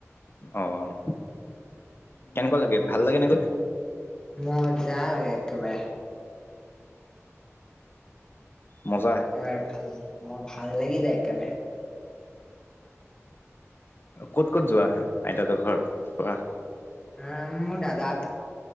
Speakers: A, on the left (about 45°); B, on the left (about 15°).
A: অ', কেনেকুৱা লাগে ভাল লাগে নে গৈ।
B: মজা লাগে একেবাৰে।
A: মজা।
B: একেবাৰে ভাল ল মোৰ ভাল লাগি যায় একেবাৰে।
A: ক'ত ক'ত যোৱা আহ আইতা হঁতৰ ঘৰ কোৱা
B: অ', মোৰ দাদা এটা